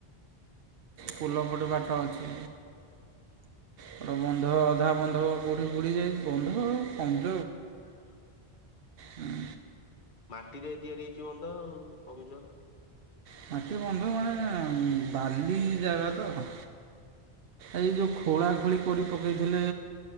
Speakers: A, on the left; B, on the right.
A: ଓ
B: ପୋଲପଟେ
A: ହୋ।
B: ବାଟ ଅଛି। ଗୋଟ ବନ୍ଧ ଅଧା ବନ୍ଧ କୋଉଠି ବୁଡି ଯାଇଚି ବନ୍ଧ କମ୍।
A: <unintelligible>
B: ହଁ
A: ମାଟିରେ ତିଆରି ହେଇଚି ବନ୍ଧ ଆଉ କମଜୋର।
B: ମାଟି ବନ୍ଧ ମାନେ ବାଲି ଜାଗା ତ। ଏଇ ଯୋଉ ଖୋଳା ଖୋଳି କୋରି ପକେଇଥିଲେ